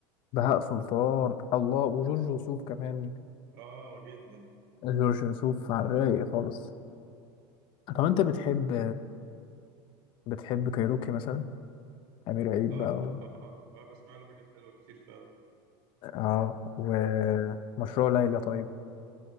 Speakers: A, on the left (about 45°); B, on the right (about 90°).
A: بهاء سلطان الله وجورج وسوف كمان
B: اه جدا
A: جورج وسوف على الرايق خالص طب أنت بتحب بتحب كايروكي مثلا أمير عيد
B: اه
A: بقى
B: اه اه بسمع له حاجات حلوة كتير ف
A: اه ومشروع ليلى طيب